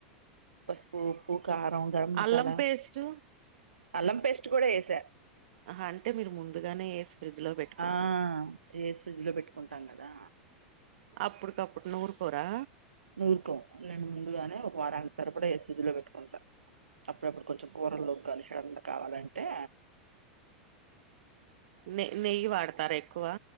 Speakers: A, on the right; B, on the right.
A: పసుపు ఉప్పు కారం గరం మసాలా
B: అల్లం పేస్ట్
A: అల్లం పేస్ట్ కూడా వేసా
B: ఆహ అంటే మీరు ముందుగానే ఫ్రిడ్జ్ లో పెట్టుడి
A: ఆ ఏ సజ్ లో పెట్టుకుంటాం కదా
B: అప్పుడుక అప్పుడు నూఊరు పోరా
A: నూరుకో నేను ముందుగానే ఒక వారానికి సారి కూడా ఎస్జ్ లో పెట్టుకుంటాను అప్పుడప్పుడు కొంచెం కూరల్లో కలిచడం కావాలంటే
B: నె నెయ్యి వాడతారా ఎక్కువ